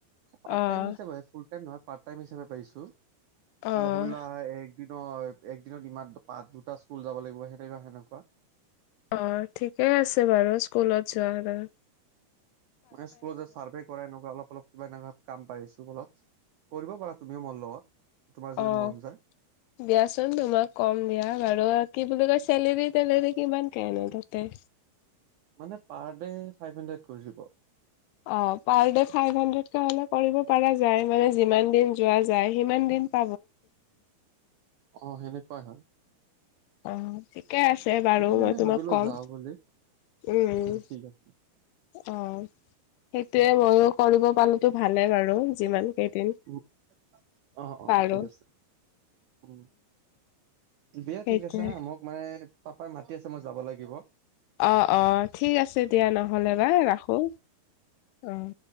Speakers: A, on the right (about 80°); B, on the left (about 80°).
A: পাৰ্ট-টাইম
B: অ',
A: হিচাপে ফুল টাইম নহয়, পাৰ্ট-টাইম হিচাপে পাইছোঁ।
B: অ',
A: মানে ভাবিলোৱা এক দিনৰ, একদিনত ইমান পা, দুটা স্কুল যাব লাগিব সেনেকুৱা-সেনেকুৱা।
B: অহ', ঠিকেই আছে বাৰু স্কুলত যোৱা বাৰু
A: মই স্কুলত যে চাৰ্ভে কৰা, এনেকুৱা অলপ-অলপ কিবা এনেকুৱা কাম পাইছো অলপ। কৰিব পাৰা তুমিও মোৰ লগত। তোমাৰ যদি
B: অহ',
A: মন যায়
B: দিয়াচোন তোমাক কম দিয়া বাৰু কি বুলি কৈছে চেলেৰি-তেলেৰি কিমান কে নো তাতে?
A: মানে পাৰ ডে ফাইভ হাণ্ড্ৰেড কৰি দিব।
B: অহ পাৰ ডে ফাইভ হাণ্ড্ৰেডকে হ'লে কৰিব পৰা যায়, মানে যিমান দিন যোৱা যায় সিমান দিন <unintelligible>
A: অহ সেনেকুৱাই হয়।
B: অ, ঠিকে আছে বাৰু
A: সেইটো কাৰণে
B: মই তোমাক
A: ভাবিলো
B: কম।
A: যাওঁ বুলি
B: উম'।
A: ঠিক আছে
B: অহ', সেইটোৱেই কৰিব পালেতু ভালে বাৰু যিমান কেইদিন,
A: উম অ অ
B: পাৰো।
A: ঠিক আছে উম', দিয়া
B: সেইটোৱে
A: ঠিক আছে হা, মোক মানে পাপাই মাতি আছে মই যাব লাগিব।
B: অহ'-অহ', ঠিক আছে দিয়া নহ'লে বা ৰাখো, অহ'।